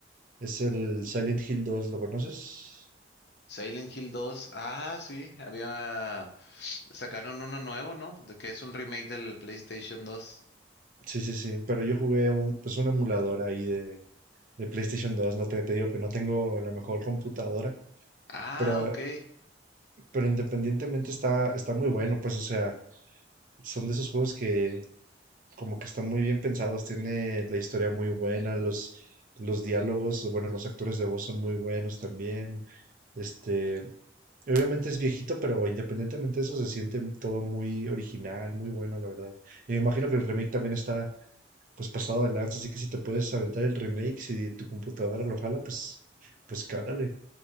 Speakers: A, on the right; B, on the left.
A: es el Silent Hill 2, ¿lo conoces?
B: Silent Hill 2, ah, sí, había, sacaron uno nuevo, ¿no? De que es un remake del PlayStation 2.
A: Sí, sí, sí. Pero yo jugué un, pues un emulador ahí de, de PlayStation dos, No te, te digo que no tengo la mejor computadora.
B: Ah,
A: Pero
B: ok,
A: pero independientemente está está muy bueno, pues, o sea, son de esos juegos que como que están muy bien pensados, tiene la historia muy buena, los los diálogos, o bueno, los actores de voz son muy buenos también. Este, obviamente es viejito, pero independientemente de eso se siente todo muy original, muy bueno, la verdad. Y me imagino que el remake también está pues pasado de lanza, así que si te puedes aventar el remake, si tu computadora lo jala, pues pues cálale.